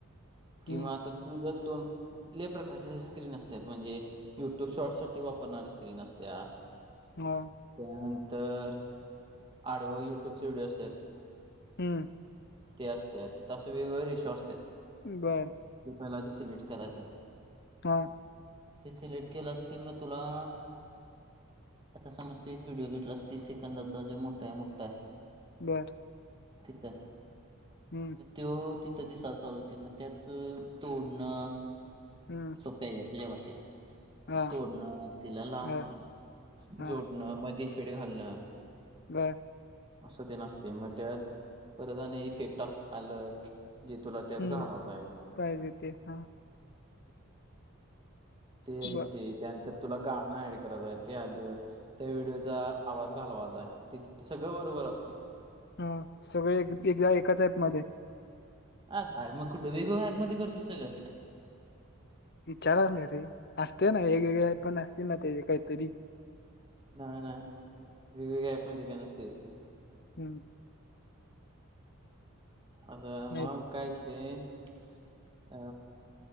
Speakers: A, on the left; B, on the right.
A: हम्म,
B: किंवा आता. तु जर दोनले प्रकारचे स्क्रीन असतात म्हणजे, युट्यूब शॉट साठी वापरणारी स्क्रीन असते. त्या
A: मग.
B: त्यानंतर आडवं युट्यूबच व्हिडिओ असत्यात.
A: हूं
B: ते असत्यात तिथं वेगवेगळं रिशू असत्यात.
A: बरं.
B: ते पहिला आधी सिलेक्ट करायचं.
A: हा
B: ते सिलेक्ट केलास कि मग तुला. आता समज तू एक व्हिडिओ घेतलास, तीस सेकंदाचा जो मोठा आहे, मोठा आहे.
A: बर.
B: तिथं.
A: हम्म,
B: तो तिथं दिसायला चालू, होतोय मग त्यात तोडणं.
A: हम्म.
B: हुतयं तुझ्या भाषेत,
A: हा
B: तोडणं तिला लावणं
A: हा हा
B: जोड. न मधी फिड घालणं.
A: बर
B: असं तेन असतयं मग त्यात परत आणि इफेक्ट असत. आलं जे तुला त्यात
A: हम्म,
B: घालायचं आहे.
A: पाहिजे ते का
B: ते येतंय
A: बर
B: त्यानंतर तुला, गाणं ऍड करायचं ते आलं. त्या व्हिडिओचा आवाज घालवाचा आहे, त तिथं सगळं बरोबर असतयं.
A: ह सगळं एकदा एकाच आपमध्ये.
B: अस मग कुठं वेग हॅप मध्ये करतोस सगळं.
A: विचारालोय रे असतयं ना वेगवेगळे्या पण, असतील ना त्या काहीतरी.
B: नाय नाय वेगवेगळ्या, अँपमध्ये काय नसतय.
A: हम्म
B: असं
A: हम्म
B: मग कायशी. अ